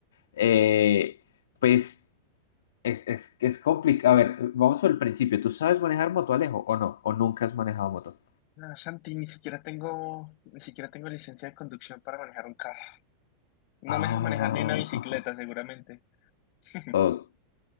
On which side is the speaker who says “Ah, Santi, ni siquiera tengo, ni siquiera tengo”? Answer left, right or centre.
Left